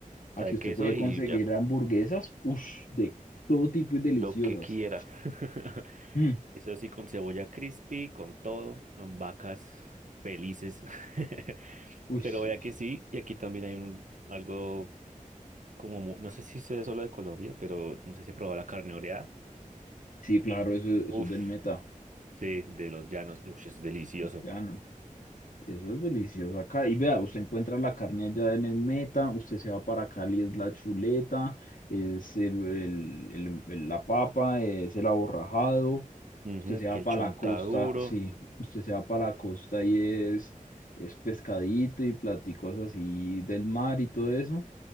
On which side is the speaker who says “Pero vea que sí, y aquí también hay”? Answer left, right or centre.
Right